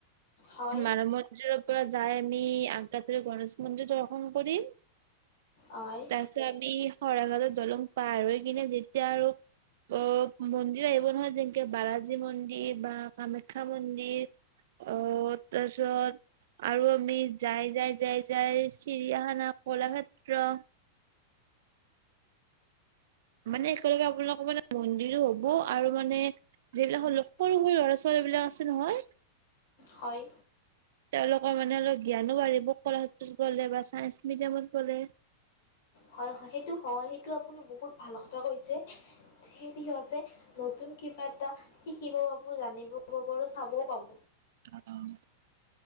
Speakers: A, on the left (about 70°); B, on the right (about 75°).
A: হয়
B: মানৱ মন্দিৰৰ পৰা যাই আমি <unintelligible> গণেশ মন্দিৰ দৰ্শন কৰিম
A: হয়
B: তাৰ আমি হৰাঘালত দলং পাৰ হৈ কিনে যেতিয়া আৰু অ মন্দিৰ আহিব নহয় যেনেকে বালাজী মন্দিৰ বা কামাখ্যা মন্দিৰ। অ' তাৰপিছত আৰু আমি যাই যাই যাই যাই চিৰিয়াখানা কলাক্ষেত্ৰ মানে একেলগে আপোনালোকৰ মানে মন্দিৰো হ'ব আৰু মানে যিবিলাক হ সৰু সৰু লৰা ছোৱালীবিলাক আছে নহয়।
A: হয়।
B: তেওঁলোকৰ মানে অলপ জ্ঞানো বাঢ়িব কলাক্ষেত্ৰত গলে বা চাইন্স মিউজিয়ামত গ'লে।
A: হয় হয় সেইটো হয় সেইটো আপুনি বহুত ভাল কথা কৈছে সেই নতুন কিবা এটা শিকিব পাব জানিবও পাব আৰু চাবও পাব।
B: অ'।